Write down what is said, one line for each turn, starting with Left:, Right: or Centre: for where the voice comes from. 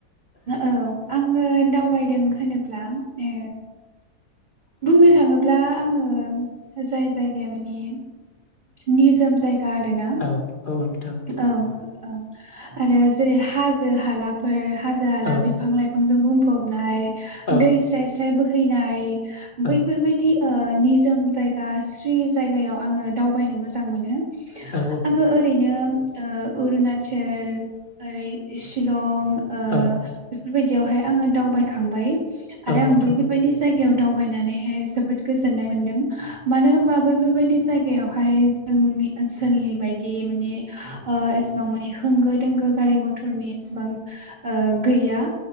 Right: औ आङो दावबायदों होनोब्ला ए बुंनो थाङोब्ला आङो जाय जायगाया माने निजोम जायग गा आरो ना
Left: औ औ नोंथां
Right: औ। औ आरो जेरै हाजो हालाफोर हाजो हाला
Left: औ
Right: बिफां लाइफांजों बुं फबनाय
Left: औ
Right: दै स्राय स्राय बोहैनाय
Left: औ
Right: बैफोरबायदि ओ निजोम जायगा स्रि जायगायाव आङो दावबायनो मोजां मोनो।
Left: औ
Right: आङो ओरैनो ओ अरुना चोल ओरै शिलं ओ
Left: औ
Right: बेफोरबायदियावहाय आङो दावबायखांबाय आरो
Left: औ
Right: आं
Left: नोंथां
Right: बैफोरबायदि जायगायाव दाव बायनानैहाय जोबोद गोजोन्नाय मोन्दों मानो होमबा बैफोरबायदि जाय गायावहाय जोंनि ओनसोलनि बायदि माने आ एसेबां माने होंगो दोंगो गा गारि मथरनि एसेबां ओ गैया।